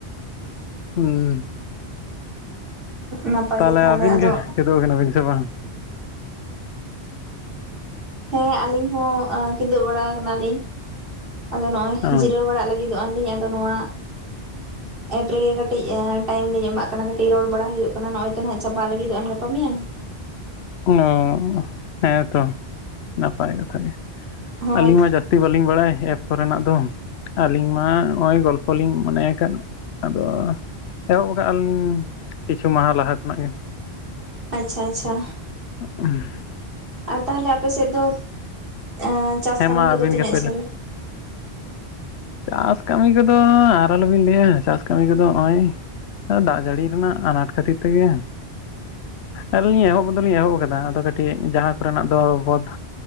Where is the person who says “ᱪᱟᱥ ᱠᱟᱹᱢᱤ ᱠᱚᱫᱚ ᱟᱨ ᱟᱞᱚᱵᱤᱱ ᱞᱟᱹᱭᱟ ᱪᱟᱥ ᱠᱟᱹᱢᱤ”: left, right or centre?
Left